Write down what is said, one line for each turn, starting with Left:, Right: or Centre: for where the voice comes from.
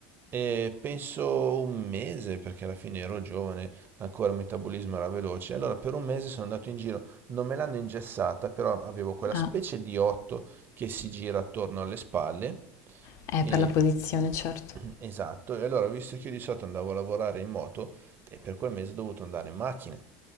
Right: E penso un mese, perché alla fine ero giovane, ancora il metabolismo era veloce. Allora per un mese sono andato in giro, non me l'hanno ingessata, però avevo quella
Left: Ah,
Right: specie di otto che si gira attorno alle spalle.
Left: è
Right: E...
Left: per la posizione,
Right: <clears throat>
Left: certo.
Right: Esatto, e allora visto che io di solito andavo a lavorare in moto, e per quel mese ho dovuto andare in macchina